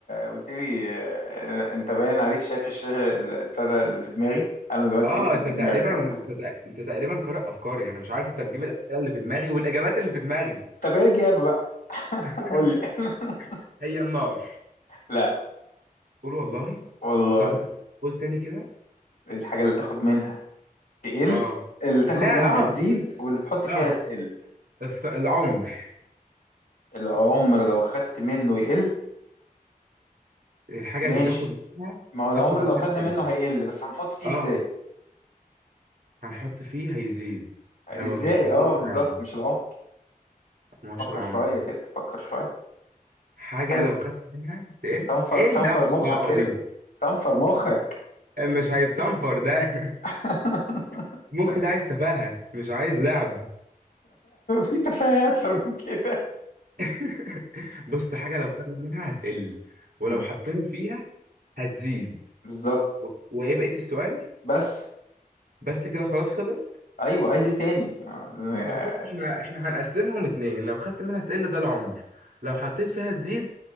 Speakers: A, on the left (about 75°); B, on the right (about 80°).
A: قلت لي آه، انت باين عليك شايف الشاشه اللي ابتدى اللي في دماغي انا دلوقتي
B: اه
A: جبت اللي
B: انت
A: في
B: تقريبا
A: دماغك اهو
B: انت تق- انت تقريبا قارئ افكاري انا مش عارف انت بتجيب الاسئله اللي في دماغي والاجابات اللي في دماغي
A: طب ايه الجاب بقى <laughs>
B: <laughs>
A: قول لي <laughs>
B: هي النار
A: لا
B: قول والله
A: والله
B: طب لا قول تاني كده
A: الحاجه اللي تاخد منها تقل
B: اه
A: اللي تاخد
B: لا
A: منها
B: اه
A: تزيد واللي تحط فيها
B: اه
A: تقل
B: افت- العمر
A: العمر لو خدت منه يقل
B: الحاجه
A: ماشي
B: اللي تاخد منها
A: ما هو العمر
B: تاخد منها
A: لو خدنا
B: سن
A: منه هيقل بس هنحط فيه
B: اه
A: ازاي
B: هنحط فيه هيزيد
A: ازاي
B: يعني هو مش هيزيد
A: اه بالظبط
B: فعلا
A: مش العمر
B: ما هوش
A: فكر
B: العمر
A: شوية كده فكر شوية
B: حاجه
A: خلي
B: لو خدت منها تقل
A: صنفر
B: ايه
A: صنفر
B: اللعبه الصعبه
A: مخك كده
B: دي
A: صنفر مخك
B: مش هيتصنفر ده
A: <laughs>
B: <laughs> المخ ده عايز تفاهه مش عايز لعب
A: في تفاهة أكتر من كده
B: <laughs> بص حاجة لو خدنا منها هتقل ولو
A: مم.
B: حطينا فيها هتزيد
A: بالظبط
B: و... وايه بقية السؤال
A: بس
B: بس كده خلاص خلص
A: أيوه عايز إيه تاني آه،
B: طب بص احنا احنا هنقسمهم اتنين لو خدت منها هتقل ده العمر لو حطيت فيها تزيد